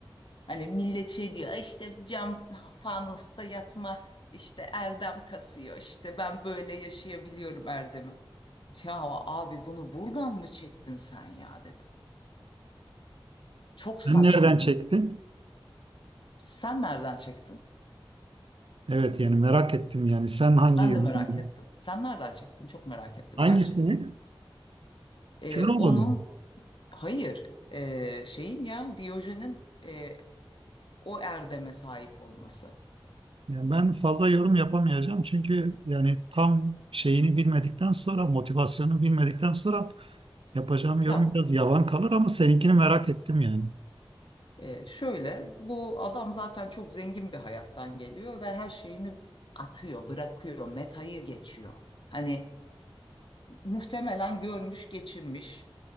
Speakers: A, on the left; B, on the right.
A: Hani millet şey diyor "Ay işte cam fanusta yatma işte erdem kasıyor işte ben böyle yaşayabiliyorum erdemi. Ya abi bunu buradan mı çektin sen ya dedim. Çok saçma.
B: Sen nereden çektin?
A: değil Sen nereden çektin?
B: Evet yani merak ettim yani. Sen hangi
A: Ben
B: yönünü-
A: de merak ettim. Sen nereden çektin? Çok merak ettim
B: Hangisini?
A: gerçekten. Ee,
B: Köroğlu'nu.
A: onun hayır ee, şeyin ya Diyojen'in ee, o erdeme sahip olması.
B: Yani ben fazla yorum yapamayacağım çünkü yani tam şeyini bilmedikten sonra, motivasyonu bilmedikten sonra yapacağım yorum
A: Ya
B: biraz yavan kalır ama seninkini merak ettim yani.
A: Ee, şöyle, bu adam zaten çok zengin bir hayattan geliyor ve her şeyini atıyor, bırakıyor, metayı geçiyor. Hani muhtemelen görmüş, geçirmiş